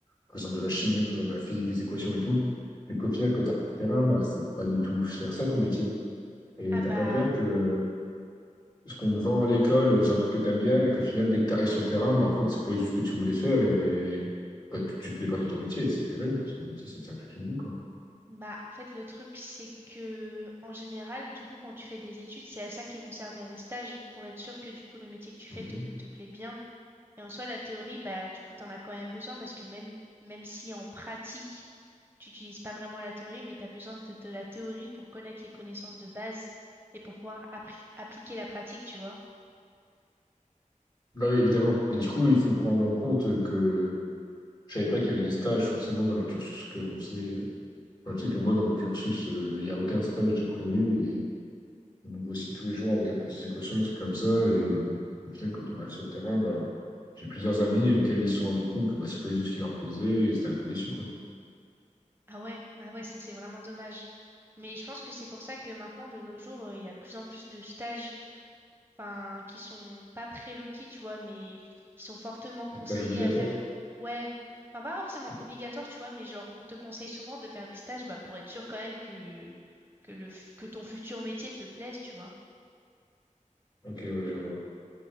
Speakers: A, on the left (about 30°); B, on the right (about 15°).
A: présente de la chimie, on te présente de la physique, des équations et tout. Mais qu'au final, quand t'as le terrain, bah, c'est pas du tout faire ça ton métier. Et
B: Ah
A: t'as
B: bah...
A: pas peur que ce qu'on te vend à l'école, c'est un truc que t'aimes bien, mais qu'au final, dès que t'arrives sur le terrain, bah, en fait, c'est pas du tout ce que tu voulais faire et, et bah, tu, tu te plais pas dans ton métier. et C'est terrible, parce que le métier, ça tient toute une vie, quoi.
B: Bah, en fait, le truc, c'est que, en général, du coup, quand tu fais des études, c'est à ça qu'ils vont servir les stages, pour être sûr que, du coup, le métier que tu fais
A: Ok.
B: te, te plaît bien. Et en soi, la théorie, bah, du coup, t'en as quand même besoin, parce que même, même si en pratique, tu n'utilises pas vraiment la théorie, mais t'as besoin de, de la théorie pour connaître les connaissances de base et pour pouvoir appri- appliquer la pratique, tu vois.
A: Bah oui, évidemment. Mais du coup, il faut prendre en compte que je savais pas qu'il y avait des stages forcément dans les cursus que l'on faisait Enfin, tu sais que moi, dans mon cursus, euh, il euh, n'y a aucun stage de prévu et on nous bossine tous les jours avec un peu des équations, des trucs comme ça. Et euh, au final, quand on arrive sur le terrain, ben, j'ai plusieurs amis auxquels ils se sont rendus compte que bah, c'est pas du tout ce qui leur plaisait et ils étaient un peu déçus, quoi.
B: Ah ouais, ah ouais, ça, c'est vraiment dommage. Mais je pense que c'est pour ça que maintenant, de nos jours, euh, il y a plus en plus de stages enfin, qui sont pas prérequis, tu vois, mais qui sont fortement conseillés
A: Les tâches obligatoires.
B: à faire. Ouais, enfin, pas forcément
A: Ok,
B: obligatoire, tu vois, mais genre, on te conseille souvent de faire des stages, bah, pour être sûr quand même que, que le, f- que ton futur métier te plaise, tu vois.
A: Ok, ouais, je vois.